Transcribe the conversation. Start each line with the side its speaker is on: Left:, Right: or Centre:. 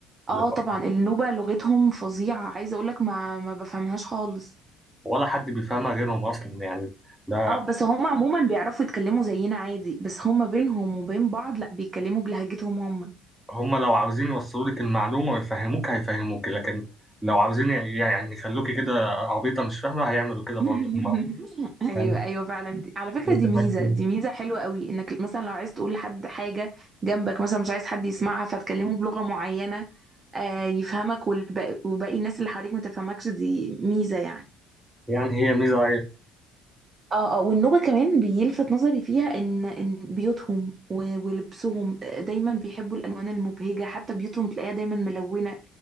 Right: اه
Centre: اللي بره
Right: طبعا النوبة لغتهم فظيعة عايزة اقولك ما ما بفهمهاش خالص
Centre: ولا حد بيفهمها غيرهم أصلا يعني ده
Right: اه بس هم عموما بيعرفوا يتكلموا زينا عادي بس هم بينهم وبين بعض لا بيتكلموا بلهجتهم هم
Centre: هم لو عاوزين يوصلوا لك المعلومة ويفهموك هيفهموك لكن لو عاوزين يعني يخلوكي كده عبيطة مش فاهمة هيعملوا كده برضه
Right: <laughs>
Centre: هم
Right: ايوه
Centre: يعني
Right: ايوه فعلا دي- على فكرة
Centre: متمكن
Right: دي ميزة دي ميزة حلوة قوي انك مثلا لو عايز تقول لحد حاجة جنبك مثلا مش عايز حد يسمعها فتكلمه بلغة معينة آه يفهمك والب- وباقي الناس اللي حواليك ما تفهمكش دي ميزة يعني
Centre: يعني هي ميزة
Right: اه اه والنوبة كمان بيلفت نظري فيها ان ان بيوتهم و- ولبسهم آه، دايما بيحبوا الالوان المبهجة حتى بيوتهم تلاقيها دايما ملونة